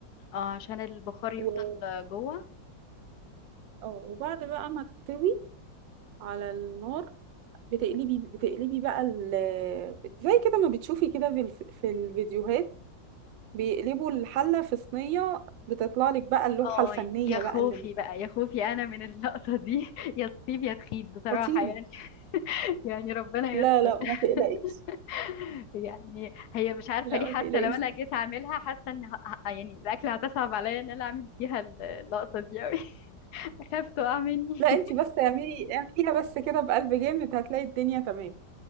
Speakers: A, on the left (about 70°); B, on the right (about 80°).
A: اه عشان البخار يفضل
B: و...
A: جوه
B: اه وبعد بقى ما تستوي على النار بتقلبي بتقلبي بقى ال... زي كده ما بتشوفي كده في الف- في الفيديوهات بيقلبوا الحلة في صينية بتطلع لك بقى اللوحة
A: اه
B: الفنية
A: يا خوفي
B: بقى اللي م-
A: بقى يا خوفي انا من اللقطة دي <laughs> يا تصيب يا تخيب بصراحة
B: خطيرة
A: يعني <laughs> يعني ربنا
B: لا
A: يستر
B: لا ما تقلقيش
A: <laughs> يعني هي مش عارفة
B: لا
A: ليه حاسة
B: ما تقلقيش
A: لو انا جيت اعملها حاسة ان ه- ه- يعني الاكل هتصعب عليا ان انا اعمل فيها ال- اللقطة دي اوي <laughs> اخاف تقع مني
B: لا
A: <laughs>
B: انتي بس اعملي اعمليها بس كده بقلب جامد هتلاقي الدنيا تمام